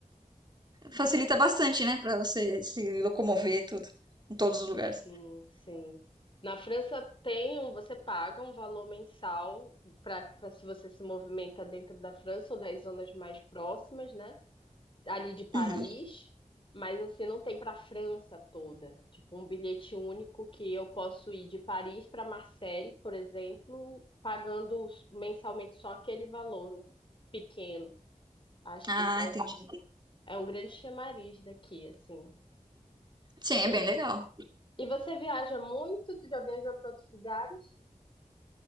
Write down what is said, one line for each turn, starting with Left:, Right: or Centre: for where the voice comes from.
Right: Facilita bastante, né? Pra você se locomover e tudo. Em todos os lugares.
Left: Sim, sim. Na França tem um, você paga um valor mensal para se você se movimenta dentro da França ou das zonas mais próximas, né? Ali de Paris,
Right: Uhum.
Left: mas assim não tem para a França toda. Tipo um bilhete único que eu posso ir de Paris para Marseille, por exemplo, pagando mensalmente só aquele valor, né? Pequeno. Acho
Right: Ah,
Left: que isso é um,
Right: entendi.
Left: é um grande chamariz daqui, assim.
Right: Sim,
Left: E,
Right: é bem legal.
Left: e você viaja muito? Já viajou para outros lugares?